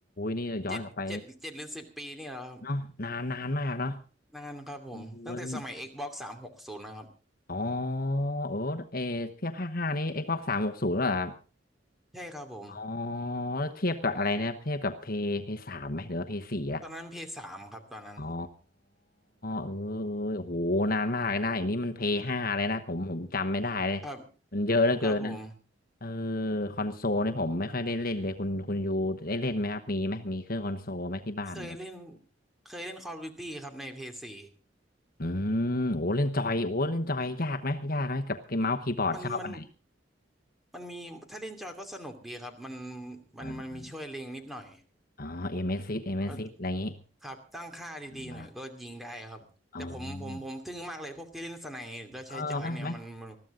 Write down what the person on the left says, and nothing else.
นี่ย้อนกลับไป
เนาะนานนานมากเนาะ
เออ
อ๋อเออเออเทียบภาคห้านี้ Xbox สามหกศูนย์เหรอครับ
อ๋อแล้วเทียบกับอะไรนะครับเทียบกับเพย์เพย์สามไหมหรือว่าเพย์สี่อะ
อ๋อเออเออโอ้โหนานมากเลยนะอย่างนี้มันเพย์ห้าเลยนะผมผมจำไม่ได้เลย
มันเยอะเหลือเกินนะ
เออคอนโซลนี่ผมไม่ค่อยได้เล่นเลยคุณคุณยูได้เล่นไหมครับมีไหมมีเครื่องคอนโซลไหมที่บ้านไหม
อืมโอ้เล่นจอยโอ้เล่นจอยยากไหมยากไหมกับเมาส์คีย์บอร์ดชอบอันไหน
อ่าอ๋อเอ็มเอสซิสเอ็มเอสซิสอะไรอย่างนี้
อ่าเออเออไหม